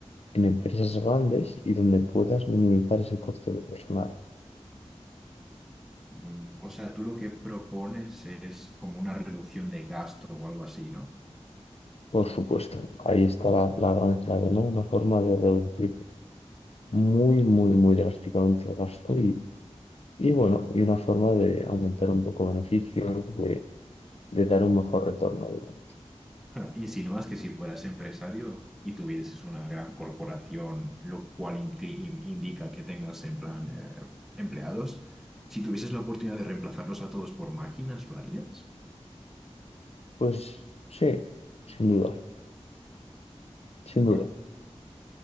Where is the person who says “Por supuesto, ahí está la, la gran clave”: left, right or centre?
Left